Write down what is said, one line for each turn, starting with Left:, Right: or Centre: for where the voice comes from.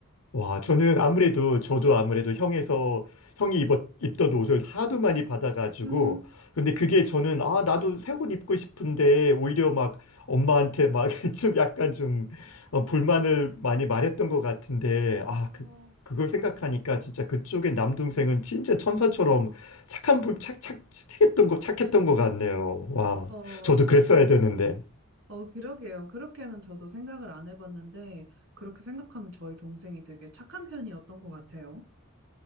Left: 와, 저는 아무래도, 저도 아무래도 형에서, 형이 입었, 입던 옷을 하도 많이 받아가지고,
Right: 음,
Left: 근데 그게 저는, 아, 나도 새옷 입고 싶은데, 오히려 막 엄마한테 막 <laughs> 좀 약간 좀 어, 불만을 많이 말했던 것 같은데, 아,
Right: 어,
Left: 그, 그걸 생각하니까 진짜 그쪽의 남동생은 진짜 천사처럼 착한 분, 착, 착, 착했던 거, 착했던 것 같네요. 와,
Right: 어,
Left: 저도 그랬어야 되는데.
Right: 어, 그러게요. 그렇게는 저도 생각을 안 해봤는데, 그렇게 생각하면 저희 동생이 되게 착한 편이었던 것 같아요.